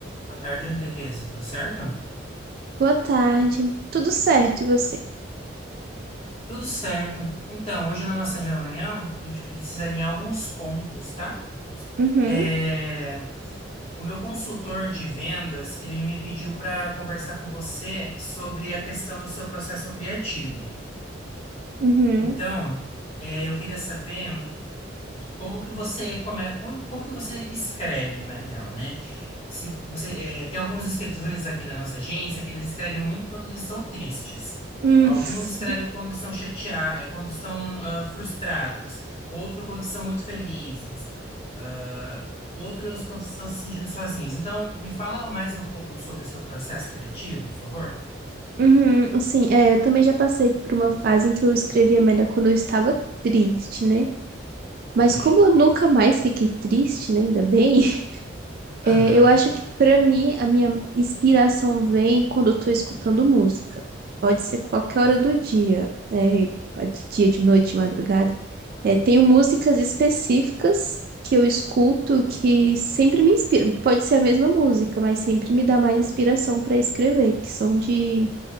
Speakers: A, on the left; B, on the right.
A: Boa tarde, Andressa. Tudo certo?
B: Boa tarde. Tudo certo, e você?
A: Tudo certo. Então, hoje na nossa reunião, a gente precisa alinhar alguns pontos, tá?
B: Uhum,
A: É, O meu consultor de vendas, ele me pediu para conversar com você sobre a questão do seu processo criativo.
B: uhum,
A: Então, é, eu queria saber como que você come, como, como que você escreve, na real, né? Se você eh, tem alguns escritores aqui da nossa agência que eles escrevem muito quando eles estão tristes.
B: Hum,
A: Alguns escrevem
B: <laughs>
A: quando estão chateados, quando estão ah, frustrados. Outro quando estão muito felizes. Ah, outros quando estão se sentindo sozinhos. Então, me fala mais um pouco sobre o seu processo criativo, por favor.
B: uhum, sim, é, eu também já passei por uma fase em que eu escrevia melhor quando eu estava triste, né?
A: Ok.
B: Mas como eu nunca mais fiquei triste, né? Ainda bem, É,
A: Aham.
B: eu acho que pra mim a minha inspiração vem quando eu tô escutando música. Pode ser qualquer
A: Ok.
B: hora do dia, né? De dia, de noite, de madrugada. É, tenho músicas específicas que eu escuto que sempre me inspiram. Pode ser a mesma música, mas sempre me dá mais inspiração pra escrever, que são de